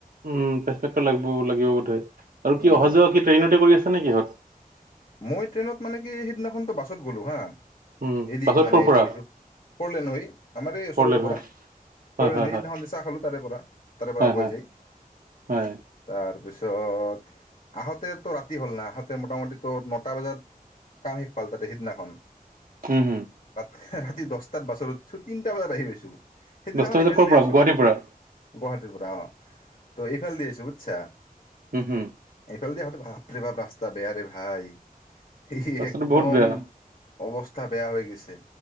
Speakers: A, on the right; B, on the left.
A: উম <unintelligible> লাগব' লাগিব বোধহয়, আৰু
B: উম
A: কি অহা-যোৱা কি ট্ৰেইন কৰি আছে নে কিহত?
B: মই ট্ৰেইনত মানে কি সিদিনাখনতো বাছত গ'লো হা,
A: উম
B: এদি
A: বাছত
B: মানেদি
A: ক'ৰ পৰা
B: গেছো ফৰলেন হৈ, আমাৰ এই ওচৰৰ
A: ফৰলেন
B: পৰা
A: হয়
B: ফৰলেন
A: হয় হয়
B: হৈ
A: হয়
B: সিদিনাখন যে চাহ খালো তাৰে পৰা তাৰে পৰা
A: হয়
B: আগুৱাই
A: হয়
B: যায়।
A: হয়
B: তাৰপিছত আহঁতে তো ৰাতি হ'ল না আহঁতে মোটামুটি ত' নটা বজাত কাম শিখাল তাতে সিদনাখন
A: হম হুম
B: ৰাতি দছটাত বাছত উৎছু তিনিটা বাজাত আহি পাইছো। সেইদিনাখন
A: দহটা বজাত
B: এইফালে
A: ক'ৰ
B: দি
A: পৰা
B: আহ্ইছো
A: গুৱাহাটীৰ পৰা
B: গুৱাহাটীৰ পৰা অ। তো এইফালে দি আহ্ইছো। আচ্ছা।
A: হম হম।
B: সেইফালেদি আহোতে বাপৰে বাপ ৰাস্তা বেয়াৰে হায়। এই
A: ৰাস্তাটো
B: একদম
A: বহুত বেয়া।
B: অৱস্থা গা বেয়া হৈ গৈছে।